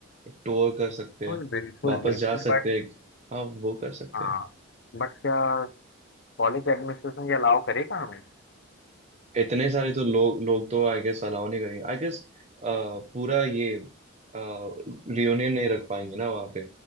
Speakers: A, on the right (about 35°); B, on the left (about 60°).
A: टूर कर सकते
B: बिल्कुल
A: हैं
B: बिल्कुल
A: वापस
B: बिल्कुल
A: जा सकते
B: बट
A: हैं हाँ वो कर सकते
B: हाँ
A: हैं
B: बट क्या कॉलेज एडमिनिस्ट्रेशन ये अलाउ करेगा हमें
A: इतने सारे तो लोग लोग तो आई गेस अलाउ नहीं करेंगे आई गेस पूरा ये रियूनियन नहीं रख पाएंगे ना वहाँ पे